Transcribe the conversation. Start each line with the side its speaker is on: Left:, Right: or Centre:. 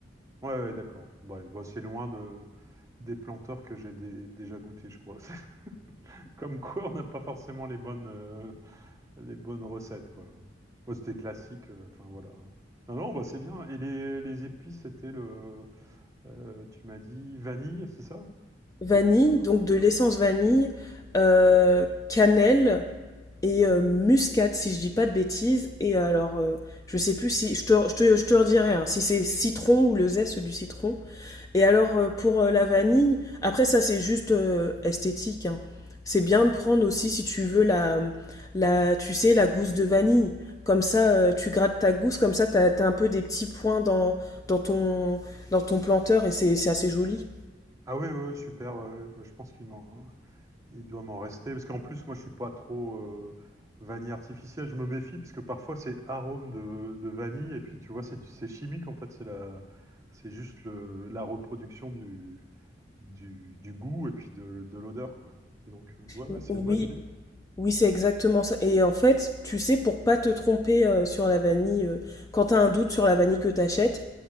Right: Ouais, ouais, d'accord. Ouais, bah, c'est loin de... des planteurs que j'ai dé- déjà goûté, je crois. <laughs> Comme quoi, on n'a pas forcément les bonnes... euh, les bonnes recettes, quoi. Moi, c'était classique, euh, enfin voilà. Non, non, bah, c'est bien. Et les, les épices, c'était le, euh, tu m'as dit vanille, c'est ça?
Left: Vanille,
Right: Et puis,
Left: donc de l'essence vanille, euh, cannelle et euh, muscade, si je dis pas de bêtises. Et alors, euh, je sais plus si, je te, je te, je te redirai, hein, si c'est citron ou le zeste du citron. Et alors, euh, pour euh, la vanille, après ça, c'est juste euh, esthétique, hein. C'est bien de prendre aussi, si tu veux, la, la, tu sais, la gousse de vanille. Comme ça, euh, tu grattes ta gousse, comme ça, t'as, t'as un peu des petits points dans, dans ton, dans ton planteur et c'est, c'est assez joli.
Right: ah ouais, ouais, super, ouais, ouais, je pense qu'il m'en, hein, il doit m'en rester. Parce qu'en plus, moi, je suis pas trop euh, vanille artificielle, je me méfie, parce que parfois, c'est arôme de, de vanille, et puis tu vois, c'est du- c'est chimique, en fait, c'est la, c'est juste le, la reproduction du, du, du goût et puis de, de l'odeur, quoi. Donc, euh, ouais, ouais,
Left: Ou-
Right: c'est
Left: Oui,
Right: une bonne idée.
Left: oui, c'est exactement ça. Et en fait, tu sais, pour pas te tromper euh, sur la vanille, euh, quand tu as un doute sur la vanille que tu achètes,